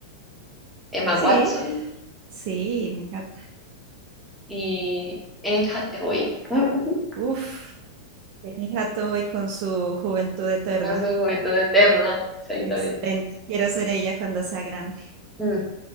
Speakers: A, in the centre; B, on the right (about 45°).
A: Emma
B: Sí,
A: Watson
B: sí, me encanta.
A: y Anne Hathaway. <laughs> Ujú,
B: Uf, Annie Hathaway con su juventud eterna.
A: A su juventud eterna, exactamente.
B: Excelente. Quiero ser ella cuando sea grande.
A: Mm,